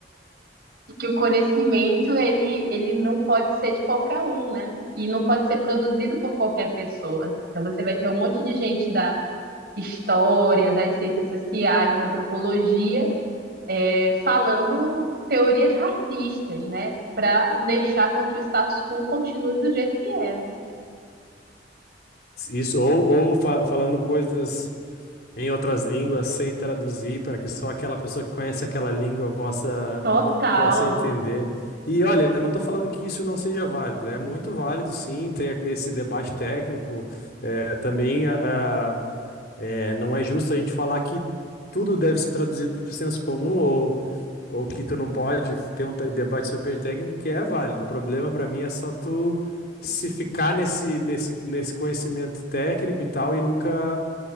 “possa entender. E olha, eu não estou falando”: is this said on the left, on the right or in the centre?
Left